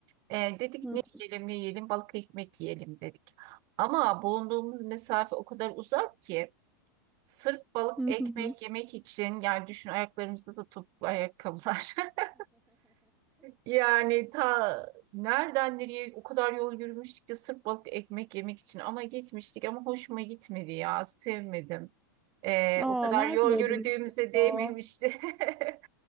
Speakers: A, on the right; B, in the centre.
A: Ee, dedik
B: <laughs>
A: ne yiyelim ne yiyelim balık ekmek yiyelim dedik. Ama bulunduğumuz mesafe o kadar uzak ki. Sırf balık
B: Hı,
A: ekmek
B: hı, hı, <laughs>
A: yemek için yani düşün ayaklarımızda da topuklu ayakkabılar. <laughs> Yani ta nereden nereye o kadar yol yürümüştük ki sırf balık ekmek yemek için ama gitmiştik ama hoşuma gitmedi ya sevmedim. Ee,
B: Aa,
A: o kadar
B: nerede
A: yol
B: yediniz
A: yürüdüğümüze
B: acaba?
A: değmemişti. <laughs>